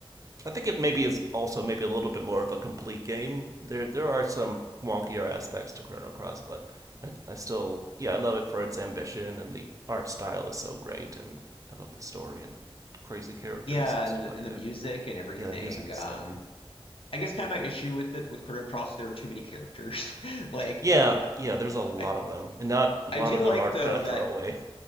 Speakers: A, on the right; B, on the left.
A: I think it maybe is also maybe a little bit more of a complete game. There there are some wonkier aspects to Chrono Cross, but I, I still yeah I love it for its ambition and the art style is so great and I love the story and crazy characters
B: Yeah,
A: and
B: and
A: stuff
B: the
A: like
B: and
A: that.
B: the music and everything.
A: Yeah, the music is
B: Um,
A: stellar.
B: I guess kind of my issue with it with Chrono Cross, there are too many characters. <laughs> Like,
A: Yeah, yeah, there's a lot
B: I
A: of them, and not
B: I
A: a lot
B: do
A: of
B: like
A: them are
B: though
A: kind of
B: that,
A: throwaway.